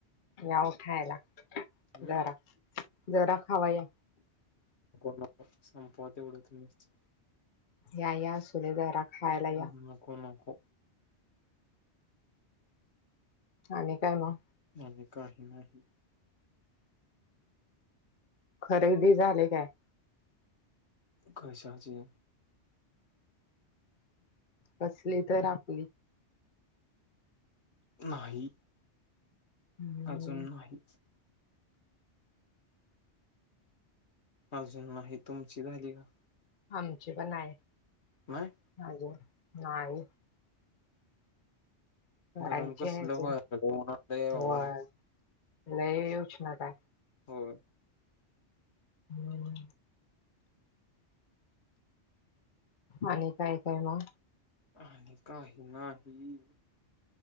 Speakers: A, on the left; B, on the left.
A: याओ खायला,
B: हम्म
A: जरा, जरा खावा या.
B: नको नको, संपवा तेवढं तुम्हीच
A: या या आसुदे जरा खायला
B: हूं
A: या
B: हूं नको नको.
A: आणि काय म
B: आणि काही नाही.
A: खरेदी झाली काय?
B: कशाची?
A: कसली तर आप
B: नाही.
A: हम्म
B: अजून नाही. अजून नाही, तुमची झाली का?
A: आमची पण नाय.
B: नाय.
A: अजून नाही. व्हायची
B: गरम कसलं
A: हाय अजून
B: व्हायलय बाबा
A: होय, लय ऊष्णता हाय.
B: होय.
A: हम्म आणि काय काय म
B: आणि काही नाही.